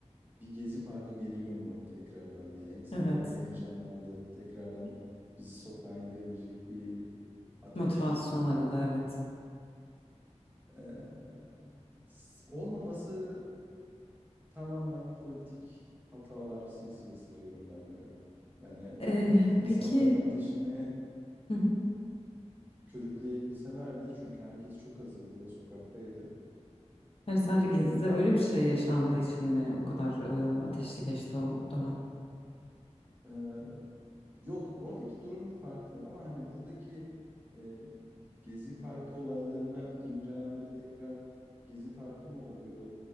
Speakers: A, on the right; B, on the left.
A: Bir Gezi Parkı geliyor mu tekrardan diye. İnsanlar
B: Evet.
A: bir heyecanlandı. Tekrardan bizi sokağa indirebilecek bir ateş
B: Motivasyon
A: bulduk.
B: arada evet.
A: Ee, s- olmaması tamamen politik hatalar silsilesi diyorum bence. Yani
B: E,
A: insanların
B: peki.
A: ateşini
B: Hı hı.
A: körükleyebilselerdi çünkü herkes çok hazırdı ve sokaktaydı.
B: Yani sadece
A: Ee,
B: Gezi'de
A: ya da
B: öyle bir şey yaşandığı için mi o kadar e, ateşli geçti o dönem?
A: Ee, yok oradaki durum farklı ama hani buradaki e, Gezi Parkı olaylarına imrenen ve tekrar Gezi Parkı mı oluyor